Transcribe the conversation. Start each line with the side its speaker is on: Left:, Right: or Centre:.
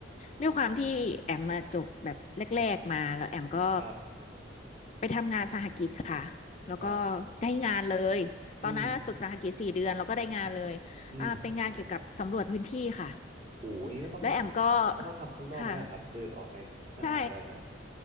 Left: ด้วยความที่แอมมาจบแบบแรกๆมาแล้วแอมก็
Right: ครับ
Left: ไปทำงานสหกิจค่ะแล้วก็
Right: ครับ
Left: ได้งานเลยตอนนั้นฝึกสหกิจสี่เดือนแล้วก็ได้งานเลยอ่าเป็นงานเกี่ยวกับสำรวจพื้นที่ค่ะ
Right: อืมอืมโหอย่างนี้ก็ต้อง
Left: แล้วแอมก็
Right: ก็ต้องทำข้างนอกเนี่ยเหรอครับเดินออกในสนามอะไรแบบนั้น
Left: ค่ะใช่